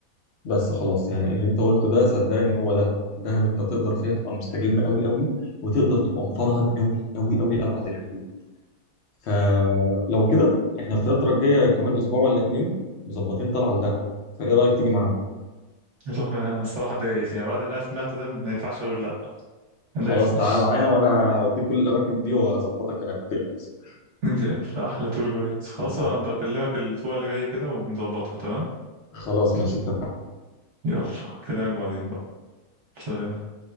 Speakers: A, on the left (about 55°); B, on the right (about 55°).
A: بس خلاص يعني اللي انت قلته ده صدقني هو دهب دهب انت تقدر فيها تبقى مستجم قوي قوي وتقدر تبقى مفرهد قوي قوي قوي لابعد الحدود فلو كده احنا الفتره الجايه كمان اسبوع ولا اتنين مظبطين طلعه لدهب فايه رايك تيجي معانا
B: صح من انا الصراحة دايس يعني بعد اللي انا سمعته ده ما ينفعش اقول لا دايس
A: خلاص
B: وش
A: تعالى معايا وانا هوديك كل الاماكن دي واظبطك هناك ما تقلقش
B: جامد لا، احلى تور جايد خلاص
A: خلصان
B: انا بكلمك الاسبوع اللي جاي كده ونظبطها تمام
A: خلاص ماشي اتفقنا
B: يلا كلامك بعدين بقى سلام